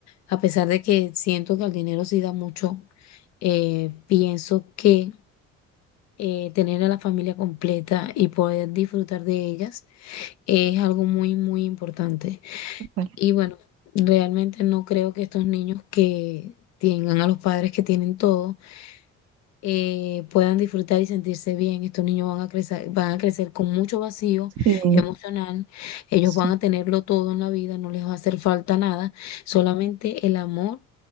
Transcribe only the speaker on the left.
a pesar de que siento que el dinero sí da mucho, eh, pienso que eh, tener a la familia completa y poder disfrutar de ellas es algo muy, muy importante.
Y bueno, realmente no creo que estos niños que tengan a los padres que tienen todo eh, puedan disfrutar y sentirse bien. Estos niños van a crecer, van a crecer con mucho vacío
emocional. Ellos
van a tenerlo todo en la vida, no les va a hacer falta nada, solamente el amor,